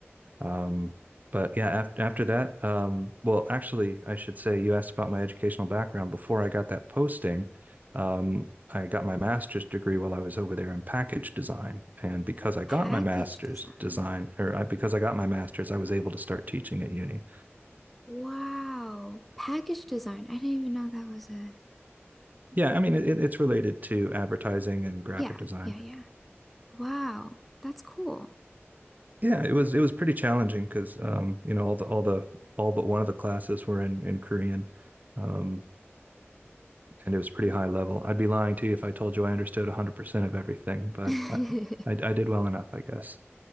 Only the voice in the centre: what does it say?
package
design.
Wow. Package design. I didn't even know that was a
yeah,
yeah, yeah. Wow. That's cool.
<laughs>